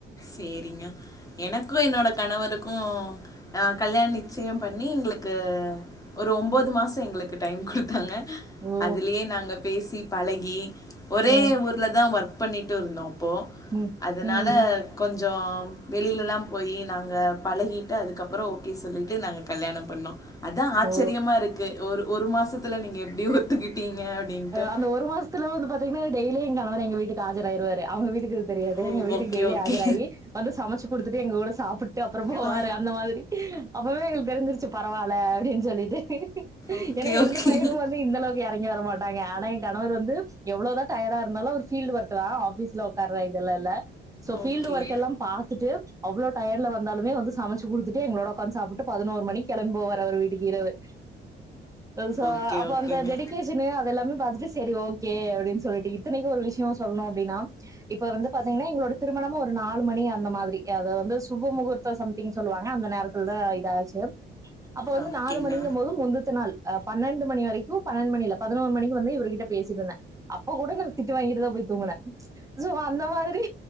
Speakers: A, on the left; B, on the right.
A: சரிங்க எனக்கும் என்னோட கணவருக்கும் க்கும் கல்யாண நிச்சயம் பண்ணி எங்களுக்கு ஒரு ஒம்பது மாதம் எங்களுக்கு டைம் கொடுத்தாங்க
B: ஓ
A: அதுலயே நாங்க பேசி பழகி ஒரே
B: அ
A: ஊர்ல தான் ஒர்க் பண்ணிட்டு இருந்தோம். இப்போ
B: ம்
A: அதனால
B: ம்
A: கொஞ்ச வெளிலல்லா போய் நாங்க பழகிட்டு அதுக்கப்புறோ ஓகே சொல்லிட்டு நாங்க கல்யாண பண்ணோ அதா ஆச்சரியமா
B: ஓ
A: இருக்கு ஒரு ஒரு மாசத்துல நீங்க எப்டி ஒத்துக்கிட்டீங்க அப்டின்ட்டு
B: அந்த ஒரு மாசத்துல வந்து பாத்தீங்கன்னா டெய்லி எங் கணவர் எங்க வீட்டுக்கு ஆஜராயிருவாரு அவங்க வீட்டுக்கு தெரியாது
A: ஓ
B: எங்க வீட்டுக்கு
A: ஓகே
B: டெய்லி
A: ஓகே
B: ஆஜராகி வந்து சமைச்சு குடுத்துட்டு எங்க கூட சாப்பிட்டு அப்புற போவாரு
A: பா
B: அந்த மாதிரி அப்பமே எங்களுக்கு தெரி்சிருச்சு பரவால்ல. ன் சொல்லிட்டு
A: ஓகே
B: ஏனா எந்த
A: ஓகே
B: பயனு வந்து இந்த அளவுக்கு இறங்கி வர மாட்டாங்க ஆனா எ கணவர் வந்து எவ்ளோ தா டயர்டா இருந்தாலு ஒரு பில்ட் ஒர்க் தா ஆபீஸ்ல உக்கார்ற இதுல்ல இல்ல சோ பீல்டு
A: ஓகே
B: ஒர்க் எல்லா பாத்துட்டு அவ்ளோ டயர்ல வந்தாலுமே வந்து சமைச்சு குடுத்துட்டு எங்களோட உக்காந்து சாப்பிட்டு பதினோருமணிக்கி கெளமிட்ட போவார் அவரு வீட்க்கு இரவு சோ
A: ஓகே
B: அப்ப
A: ஓகேங்க
B: அந்த டெடிகேஷனு அத எல்லாமே பாத்துட்டு செரி ஓகே அப்படின் சொல்லிட்டு இத்தனைக்கு ஒரு விஷ்யோ சொல்லணு அப்படின்னா இப்ப வந்து பாத்தீங்கன்னா எங்களோட திருமணமு ஒரு நாலு மணி அந்த மாதிரி அத வந்து சுப முகூர்த்தம் சம்திங் சொல்லுவாங்க அந்த நேரத்துலதா இதாச்சு அப்ப வந்து
A: ஓகேங்க
B: நாலு மணிங்க போது முந்தத்த நாள் பன்னெண்டு மணி வரைக்கு பன்னெண்டு மணி இல்ல பதினொரு மணிக்கு வந்து இவர்கிட்ட பேசியிருந்தே அப்ப கூட நா திட்டு வாங்கிட்டு தா போய் தூங்கின சோ அந்த மாரி